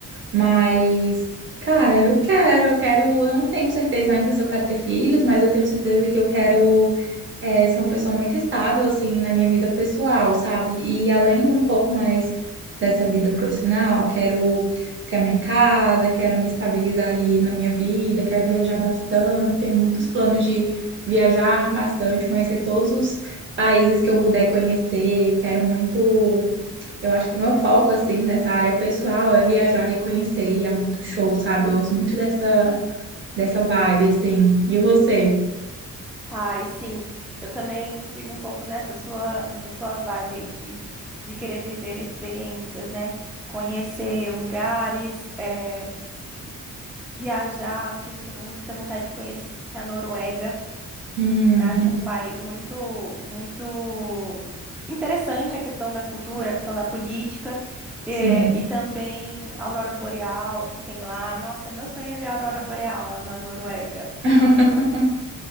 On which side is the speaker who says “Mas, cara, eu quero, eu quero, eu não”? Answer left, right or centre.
Right